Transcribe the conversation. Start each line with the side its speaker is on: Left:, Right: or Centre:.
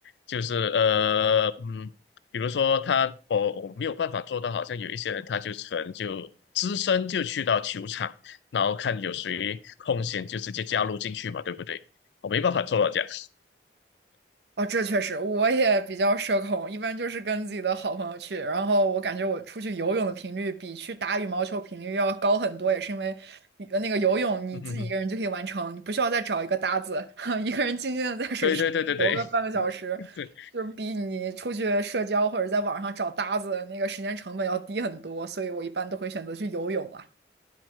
Left: 就是呃嗯，比如说他我我没有办法做到，好像有一些人他就可能就只身就去到球场，然后看有谁空闲就直接加入进去嘛，对不对？我没办法做到这样，
Right: 哦，这确实，我也比较社恐，一般就是跟自己的好朋友去。然后我感觉我出去游泳的频率比去打羽毛球频率要高很多，也是因为呃那个游泳你自己一个人就可以完成，
Left: <laughs> 嗯哼哼，
Right: 你不需要再找一个搭子，<laughs> 一个人静静的在水池上游个半个小时，
Left: 对对对对对对
Right: 就是比你出去社交或者在网上找搭子那个时间成本要低很多，所以我一般都会选择去游泳啊。